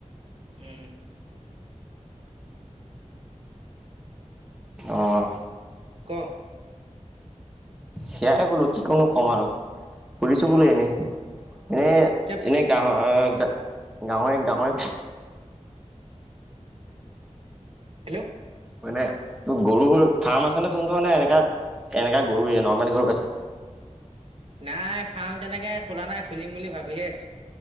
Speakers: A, on the right; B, in the centre.
A: উম
B: আহ
A: ক
B: সেয়াই বোলো কি কিটোনো কম আৰু <unintelligible> <unintelligible> শুনিছোঁ
A: উম,
B: বোলো এনেই এনে
A: চুপ
B: এনে গৰ <unintelligible> গাহৈ গাহৈ
A: হেল্ল'
B: মানে ত গৰুৰ ফাৰ্ম আছে নে তোন তে এনেকা এনেকা গৰুয়ে নৰ্মেল গৰু আছে
A: নাই ফাৰ্ম তেনেকে খোলা নাই খুলিম বুলি ভাবিহে আছো